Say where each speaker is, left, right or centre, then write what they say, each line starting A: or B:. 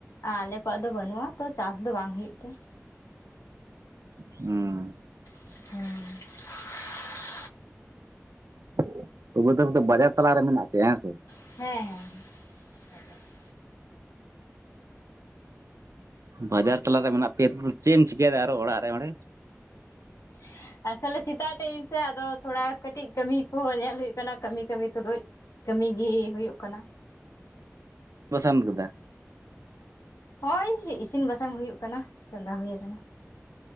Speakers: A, on the left; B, on the right.
A: ᱟᱞᱮ ᱠᱚᱣᱟᱜ ᱫᱚ ᱵᱟᱹᱱᱩᱜᱼᱟ ᱛᱚ, ᱪᱟᱥ ᱫᱚ ᱵᱟᱝ ᱦᱩᱭᱩᱜ ᱛᱮ ᱾
B: ᱦᱩᱸ ᱾
A: <inaudible>
B: <unintelligible> ᱫᱚ ᱵᱟᱡᱟᱨ ᱛᱟᱞᱟᱨ ᱨᱮ ᱢᱮᱱᱟᱹᱜ ᱯᱮᱭᱟ ᱦᱮᱸ ᱥᱮ ᱾
A: ᱦᱮᱸ, ᱦᱮᱸ ᱾ <inaudible>
B: ᱵᱟᱡᱟᱨ ᱛᱟᱞᱟᱨᱮ ᱢᱮᱱᱟᱹᱜ ᱯᱮᱭᱟ ᱪᱮᱫ ᱮᱢ ᱪᱤᱠᱟᱭᱟ ᱟᱨᱚ ᱚᱲᱟᱜ ᱨᱮ ᱚᱸᱰᱮ
A: <inaudible> ᱟᱥᱚᱞᱮ ᱥᱮᱛᱟᱜ ᱴᱟᱭᱤᱢ ᱥᱮ ᱟᱫᱚ ᱛᱷᱚᱲᱟ ᱠᱟᱹᱴᱤᱡ ᱠᱟᱹᱢᱤ ᱠᱚᱦᱚᱸ ᱧᱮᱞ ᱦᱩᱭᱩᱜ ᱠᱟᱱᱟ ᱠᱟᱹᱢᱤ ᱠᱟᱹᱢᱤ ᱛᱩᱞᱩᱡ ᱠᱟᱹᱢᱤ ᱜᱮ ᱦᱩᱭᱩᱜ ᱠᱟᱱᱟ᱾
B: ᱯᱚᱥᱟᱱ ᱠᱟᱫᱟ ᱾
A: ᱱᱚᱜᱼᱚᱭ ᱤᱥᱤᱱ ᱵᱟᱥᱟᱝ ᱦᱩᱭᱩᱜ ᱠᱟᱱᱟ ᱪᱚᱸᱫᱟ ᱦᱩᱭ ᱟᱠᱟᱱᱟ ᱾